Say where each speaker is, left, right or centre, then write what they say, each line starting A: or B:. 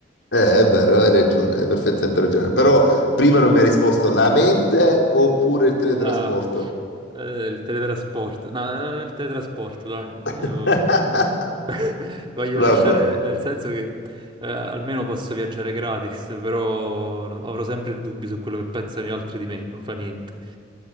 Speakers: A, on the left; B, on the right.
A: Eh, è vero, hai ragione, hai perfettamente ragione. Però prima non mi hai risposto la mente oppure il teletrasporto.
B: Ah, eh, il teletrasporto. No, eh, il teletrasporto, dai, voglio...
A: <laughs>
B: <laughs> voglio
A: Vabbè.
B: lasciare, nel senso che eh, almeno posso viaggiare gratis, però avrò sempre il dubbio su quello che pensano gli altri di me, non fa niente.